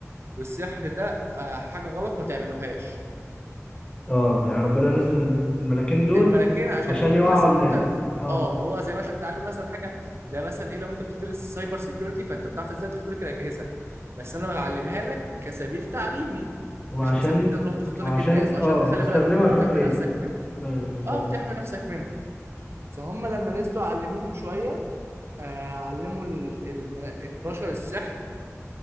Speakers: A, on the right; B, on the left.
A: والسحر ده آه، حاجة غلط ما تعملوهاش
B: اه يعني ربنا نزل الملاكين دول
A: الملكين عشان
B: عشان
A: يقولوا
B: يوعوا
A: للناس ان
B: الناس
A: انت
B: اه
A: اه اللي هو زي ما انت بتتعلم مثلا حاجه زي مثلا ايه لو انت بتدرس سايبر سيكيورتي فانت بتعرف ازاي تخترق الاجهزه بس انا بعلمها لك كسبيل تعليمي
B: وعشان
A: مش كسبيل انت تروح تخترق
B: وعشان
A: الناس وعشان
B: اه
A: تخلي
B: تستخدمها
A: بالك منها
B: في
A: وتحمي
B: الخير
A: نفسك منها
B: ايوه بالظبط
A: اه وتحمي نفسك منها فهم لما نزلوا علموهم شويه آه علموا ال- الم- البشر السحر